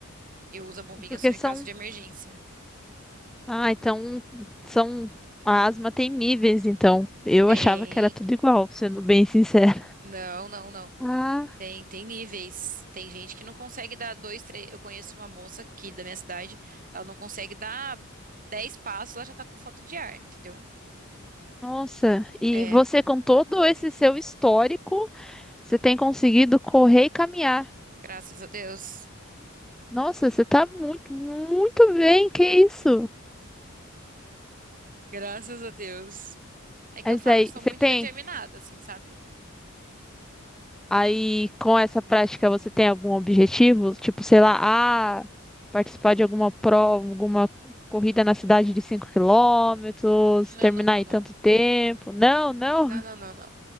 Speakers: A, on the right; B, in the centre.
A: Eu uso a bombinha
B: Porque
A: só em
B: são,
A: caso de emergência.
B: ah, então são a asma tem níveis, então. Eu
A: Tem.
B: achava que era tudo igual, sendo bem sincera.
A: Não, não, não.
B: Ah,
A: Tem, tem níveis. Tem gente que não consegue dar dois, três. Eu conheço uma moça aqui da minha cidade, ela não consegue dar dez passos, ela já tá com falta de ar, entendeu?
B: nossa. E
A: É,
B: você com todo esse seu histórico, você tem conseguido correr e caminhar.
A: graças a Deus.
B: Nossa, você tá muito, muito bem, que isso?
A: Graças a Deus. É que
B: Mas
A: eu falo,
B: aí,
A: eu sou
B: você
A: muito
B: tem,
A: determinada, assim, sabe?
B: aí com essa prática, você tem algum objetivo? Tipo, sei lá, ah, participar de alguma prova, alguma corrida na cidade de 5 quilômetros,
A: Não,
B: terminar
A: não, não,
B: em
A: não.
B: tanto tempo. Não, não,
A: Não, não, não, não.